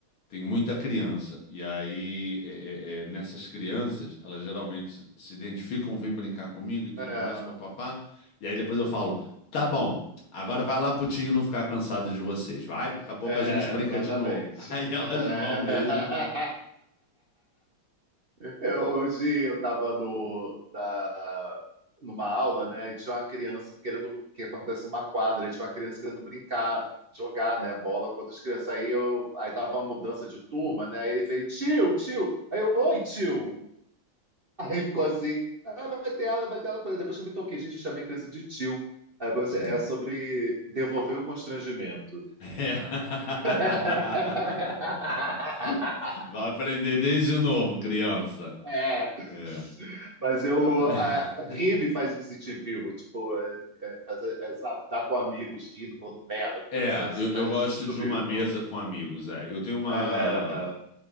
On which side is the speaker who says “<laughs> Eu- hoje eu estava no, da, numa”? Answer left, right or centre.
Right